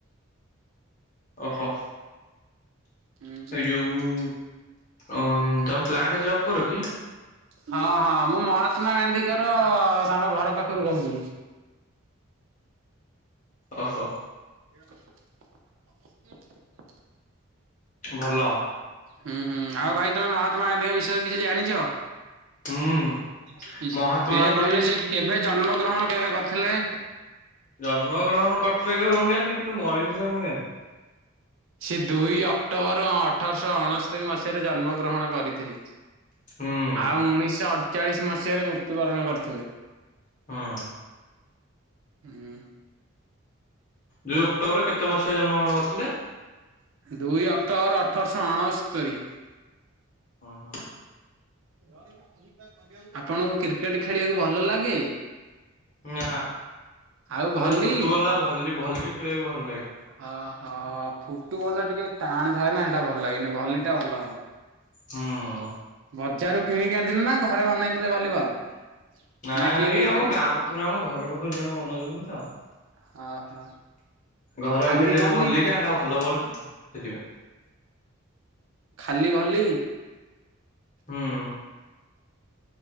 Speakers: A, on the left (about 35°); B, on the right (about 65°).
A: ଓହୋ
B: ହୁଁ ହୁଁ।
A: ଏ ଯୋଉଉ ଅଂ ତମେ ପ୍ଲାଣ୍ଟରେ ଜବ କର କି?
B: ହଁ ହଁ ମୁଁ ମହାତ୍ମା ଗାନ୍ଧୀଙ୍କର ତାଙ୍କ ଘର ପାଖରୁ କହୁଥିଲି।
A: ଓହୋ
B: <inaudible>
A: ଭଲ।
B: ହୁଁ ହୁଁ ଆଉ ଭାଇ ତମେ ମହାତ୍ମା ଗାନ୍ଧୀଙ୍କ ବିଷୟରେ କିଛି ଜାଣିଚ?
A: ହୁଁ
B: ସେ
A: ମହାତ୍ମା ଗାନ୍ଧୀ
B: କହିଲେ ସେ କେବେ ଜନ୍ମ ଗ୍ରହଣ କେବେ କରିଥିଲେ
A: ଜନ୍ମ ଗ୍ରହଣ କରିଥିଲେ କେବେ ମୁଁ ଜାଣିନି କିନ୍ତୁ ମରିଥିଲେ ମୁଁ ଜାଣିଚି।
B: ସେ ଦୁଇ ଅକ୍ଟୋବର ଅଠରଶହ ଅଣସ୍ତରିୀ ମସିହାରେ ଜନ୍ମ ଗ୍ରହଣ କରିଥିଲେ।
A: ହୁଁ।
B: ଆଉ ଉଣେଇଶଶହ ଅଠଚାଳିଶ ମସିହାରେ ମୃତ୍ୟୁବରଣ କରିଥିଲେ।
A: ହଁ
B: ହୁଁ
A: ଦୁଇ ଅକ୍ଟୋବରରେ କେତେ ମସିହା ରେ ଜନ୍ମଗ୍ରହଣ କରିଥିଲେ?
B: ଦୁଇ ଅକ୍ଟୋବର ଅଠରଶହ ଅଣସ୍ତରି।
A: ଓ ହୋ
B: ଆପଣଙ୍କୁ କ୍ରିକେଟ ଖେଳିବାକୁ ଭଲ ଲାଗେ?
A: ନା
B: ଆଉ
A: ମତେ
B: ଭଲି
A: ଫୁଟବଲ ଆଉ ଭଲି ଭଲି ଖେଳିବାକୁ ଭଲ ଲାଗେ।
B: ଓହୋ ଫୁଟୁବଲ ଟା ଟିକେ ଟାଣ ଥାଏ ନା ସେଇଟା ଭଲ ଲାଗେନି ଭଲିଟା ଭଲ ।
A: ହୁଁ
B: ବଜାରରୁ କିଣିକି ଆଣିଥିଲେ ନା ଘରେ ବନେଇଥିଲେ ଭଲିବଲ।
A: ନାଇ
B: ନା କିଏ
A: ଏଇ
B: ଦେଇଥିଲେ
A: ଆମ ଗାଁ ପାଖରୁ ଆମ ଘର ପାଖରୁ ଜଣେ ବନାଉଛନ୍ତି ତ
B: ହଁ ହଁ
A: ଘର
B: ଖାଲି
A: ପାଖରେ ଯୋଉ
B: ଭଲି
A: ଭଲିଟା ସେଟା ଭଲ ବଲଟା ତ ସେଥିପାଇଁ
B: ଖାଲି ଭଲି
A: ହୁଁ